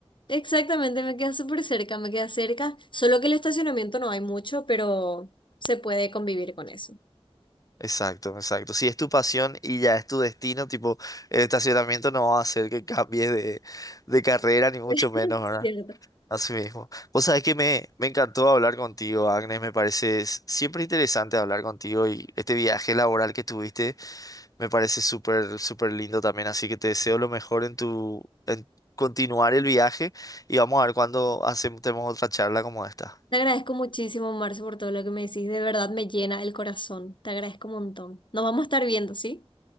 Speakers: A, on the left; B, on the left.
A: Exactamente, me queda súper cerca, me queda cerca, solo que el estacionamiento no hay mucho, pero se puede convivir con eso.
B: Exacto, exacto. Si es tu pasión y ya es tu destino, tipo, el estacionamiento no va a hacer que cambies de, de carrera, ni mucho
A: <laughs>
B: menos, ¿verdad?
A: Cierto.
B: Así mismo. Vos sabés que me, me encantó hablar contigo, Agnes. Me parece s- siempre interesante hablar contigo y este viaje laboral que tuviste me parece súper, súper lindo también. Así que te deseo lo mejor en tu, en continuar el viaje y vamos a ver cuándo hacemos tenemos otra charla como esta.
A: Te agradezco muchísimo, Marce, por todo lo que me decís, de verdad me llena el corazón, te agradezco un montón. Nos vamos a estar viendo, ¿sí?